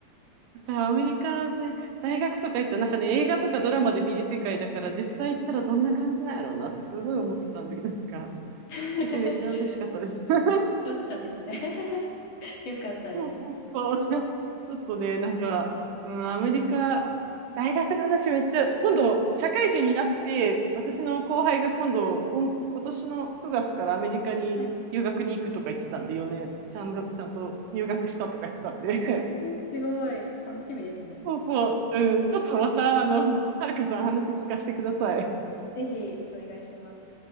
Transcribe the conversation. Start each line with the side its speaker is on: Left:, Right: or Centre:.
Right: だからアメリカで大学とか行ったらなんかね映画とかドラマで見る世界だから実際行ったらどんな感じなんやろうなってすごい思ってたんでなんか
Left: <laughs>
Right: 聞けてめっちゃ嬉しかったです。<laughs>
Left: そうなんですね <laughs> よかったです。
Right: そうそうそうちょっとねなんか、うん、アメリカ大学の話めっちゃ今度社会人になって私の後輩が今度今、今年の9月からアメリカに留学に行くとか言ってたんで4年ちゃんと、
Left: はい。
Right: ちゃんと入学したとか言ってたんで
Left: えーすごい、楽しみですね。
Right: そうそう。うん。ちょっとまた、あの、はるかさん話聞かせてください。
Left: ぜひお願いします。